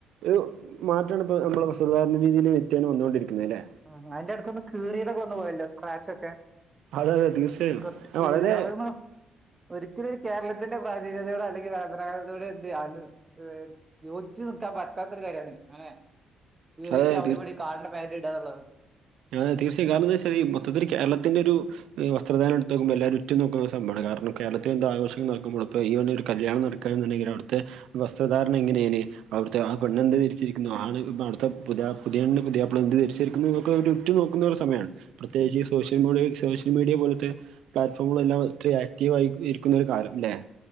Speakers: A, on the right; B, on the right.
A: ഒരു മാറ്റോണിപ്പ നമ്മളെ പ്രശ് സാധാരണ രീതിയില് നിത്യേനെ വന്നാേണ്ടിരിക്കുന്നല്ലേ
B: ആഹ് അയ്ന്റെ ഇടക്കൊന്ന് കീറിയതൊക്കെ ഒന്ന് പോയല്ലോ സ്ക്രാച്ച് ഒക്കെ
A: അതെ അതെ തീർച്ചയായും
B: കൊർച്ചു
A: ആ,
B: കീറിയത്
A: വളരെ
B: അതൊന്നും ഒരിക്കലും ഒരു കേരളത്തിന്റെ പ്രാചീനതയോടെ അല്ലെങ്കി പരമ്പരാഗത യൂടെയൊ ആരും എന്ത് യോജിച്ച് നിക്കാൻ പറ്റാത്തൊരു കാര്യാണ് ഇങ്ങനെ കീറീട്ട്
A: അതെ അതെ,
B: അവിടെവിടിം കാണെ പാന്റ് ഇടാനള്ളതാണ്
A: അ തീർച്ചയും കാരണംന്താച്ചാൽഈ മൊത്തത്തിൽ കേരളത്തിന്റെരു വസ്ത്രധാരണ എടുത് നോക്കുമ്പോ എല്ലാരും ഉറ്റ് നോക്കുന്ന സംഭവാണ് കാരണം കേരത്തിൽ എന്ത് ആഘോഷങ്ങൾ നടക്കുമ്പോ ഇപ്പൊ ഇവിടെ ഒരു കല്യാണം നട് നിക്കണം എന്നുണ്ടങ്കിൽ അവിടെത്തെ വസ്ത്രധാരണ ഇങ്ങനേയ്നി അവിടുത്തെ ആഹ് പെണ്ണ് എന്ത് ദരിച്ചരിക്കുന്നു ആണ് ആട്ത്തെ പുതിയാ പുതിയണ്ണ് പുതിയാപ്ല എന്ത് ദരിച്ചിരിക്കുന്നു ക്കെ ഒരു റ്റു നോക്കുന്ന ഒരു സമയാണ് പ്രത്യേകിച്ച്
B: ഉം
A: സോഷ്യൽ മോണിയ സോഷ്യ സോഷ്യൽ മീഡിയ പോലത്തെ പ്ലാറ്റ്ഫോമുകൾ എല്ലാം ഒത്തിരി ആക്റ്റീവ് ആയിരിക്കുന്ന ഒരു കാലം ല്ലേ